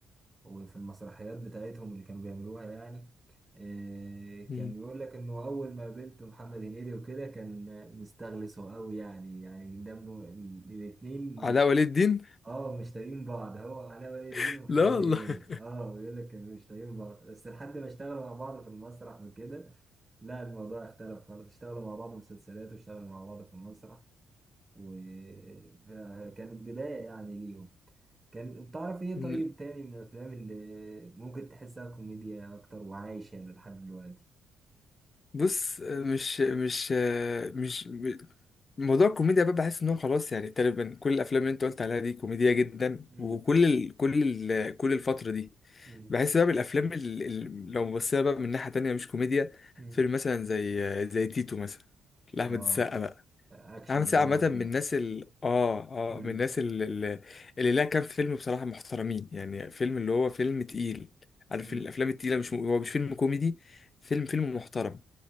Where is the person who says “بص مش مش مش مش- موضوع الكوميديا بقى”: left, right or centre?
Left